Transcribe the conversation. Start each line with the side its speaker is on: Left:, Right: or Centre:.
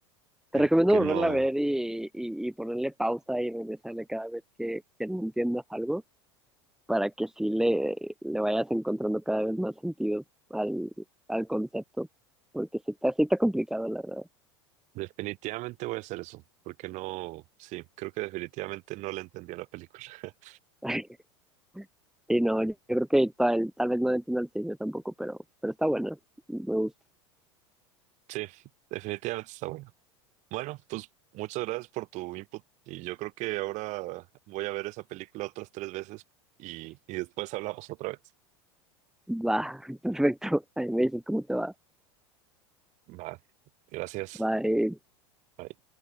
Centre: te
Right: que
Centre: recomiendo
Right: que
Centre: volverla
Right: no,
Centre: a ver y, y, y ponerle pausa y regresarle cada vez que, que no entiendas algo para que sí le, le vayas encontrando cada vez más sentido al, al concepto, porque sí está, sí está complicado, la verdad.
Right: definitivamente voy a hacer eso, porque no, sí, creo que definitivamente no le entendí a la película. <laughs>
Centre: <laughs> Y no, yo creo que tal, tal vez no le entiendo el sello tampoco, pero, pero está bueno. Me gusta.
Right: Sí, definitivamente está bueno. Bueno, pues muchas gracias por tu input y yo creo que ahora voy a ver esa película otras tres veces y, y después hablamos otra vez.
Centre: Va, <laughs> perfecto. Ahí me dices cómo te va.
Right: Vale, gracias.
Centre: Bye.
Right: Bye.